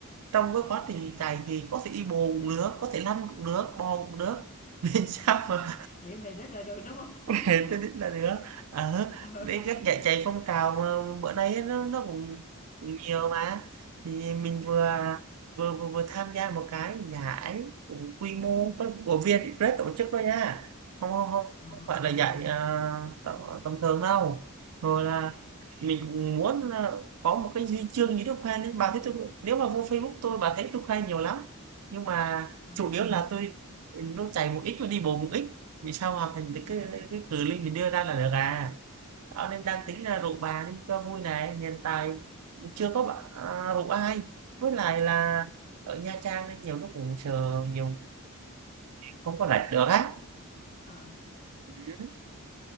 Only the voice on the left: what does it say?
à
miễn về đích là được đúng không
<laughs>
ừ
ờ
à
ờ
ừ
à
ờ
ờ